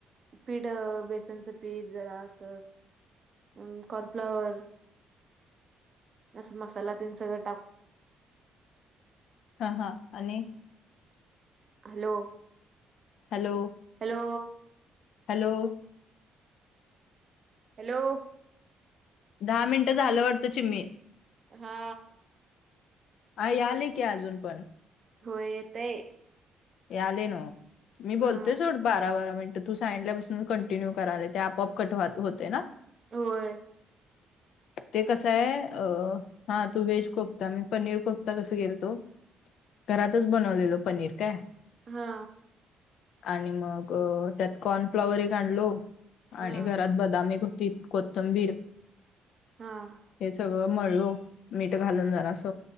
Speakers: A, on the right; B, on the left.
A: पीठ बेसनचं पीठ जरा अस. हम्म कॉर्नफ्लॉवर. असं मसाला तेन सगळं टाक.
B: हा हा आणि
A: hello.
B: Hello.
A: Hello
B: hello
A: hello
B: दहा मिनटं झालं वाटतं गं चिम्मे
A: हा
B: यायलय की अजून पण
A: होय येतय
B: यायलय नव्ह मी
A: हा
B: बोलतोय सोड बारा बारा मिनिटं तू सांगितल्यापासून कंटिन्यू करालय ते आप आप कट होतय ना
A: होय
B: <inaudible> ते कसं आहे अ हा तू व्हेज कोफता मी पनीर कोफता कस गेल तो घरातच बनवलेलो पनीर काय
A: हा
B: आणि मग त्यात कॉर्नफ्लाॉवर एक आणलो
A: हां,
B: आणि घरात बदाम एक हुतीत कोथंबीर
A: हां.
B: हे सगळं मळलो मीठ घालून जरास